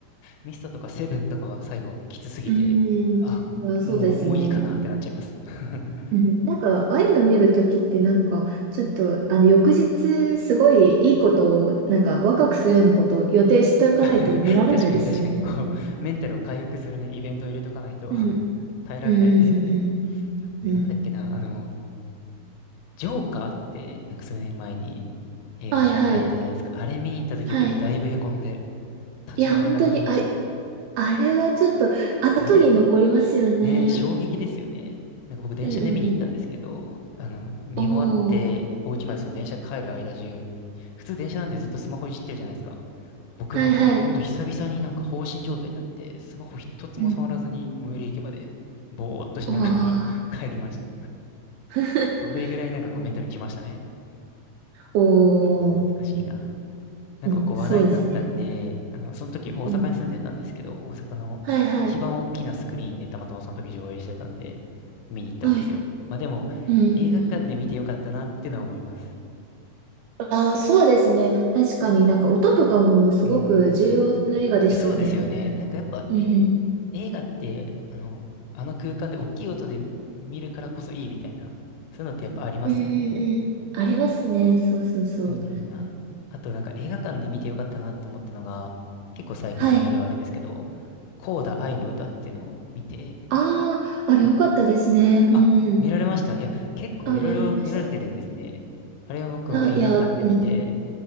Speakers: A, on the left (about 75°); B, on the right (about 85°).
A: ミストとかセブンとかは最後きつすぎて、
B: うーん。
A: あ、
B: いや、
A: もう、
B: そうですね。
A: もういいかなってなっちゃいます。<laughs>
B: うん、なんか、ああいうの見るときって、なんか、ちょっと、あの、翌日、すごいいいことを、なんか、ワクワクするようなことを予定しておかないと見られないですよね。
A: <laughs> 確かに確かに、こう、メンタルを回復するね、イベントを入れとかないと
B: うん。
A: <laughs> 耐えられないですよね。
B: うんうんうん
A: あとなんだっけな、
B: うん。
A: あの、ジョーカーって、なんか数年前に映画館であったじゃないですか。
B: はいはい。
A: あれ見に行った時僕だいぶへこんで
B: はい。
A: 立ち直れなくなりましたね。
B: いや、本当に、あれ、あれはちょっと、後に残りますよね。
A: あれ、ねえ、衝撃ですよね。なんか僕電車で見に行ったんですけど、
B: うんうんうん。
A: あの、見終わって、
B: おお。
A: お家までその電車帰る間中、普通電車なんでずっとスマホいじってるじゃないですか。僕なんか、
B: はいはい。
A: ほんと久々になんか放心状態になって、スマホ一つも触らずに最寄り駅まで、
B: うん。
A: ぼーっとしながら
B: おお。
A: <laughs> 帰りました。
B: <laughs>
A: それぐらいなんかこうメンタルきましたね。
B: お
A: いや懐かしいな。
B: ー、
A: なんかこう話題になったんで、
B: うん、そうです
A: あの、その時大阪に住んでたんですけど、
B: うん。
A: 大阪の一番大きなスクリーンでたまたまその時上映してたんで、
B: はいはい。
A: 見に行ったんですよ。
B: はい。
A: まあでも、
B: うんうん。
A: 映画館で見てよかったなっていうのは思います。
B: ああ、そうですね。確かになんか音とかもすごく重要な映画でしたよね。
A: うーん。そうですよね。なんかやっぱ、
B: うんうん。
A: え、映画って、あの、あの空間で大きい音で見るからこそいいみたいな、そういうのってやっぱありますよね。
B: うんうんうんうんありますね。そうそうそう。
A: いいね、いいな。あとなんか映画館で見てよかったなって思ったのが、結構最近の映画ではあるんですけど、
B: はい。
A: コーダ愛の歌っていうのを見て、
B: ああ、あれ良かったですね。
A: あ、
B: うんうん。
A: あ、見られましたいや、結構いろいろ見られてるんですね。
B: あ、見られました。
A: あれを僕も映画館で見て、
B: あ、いや、うんうん。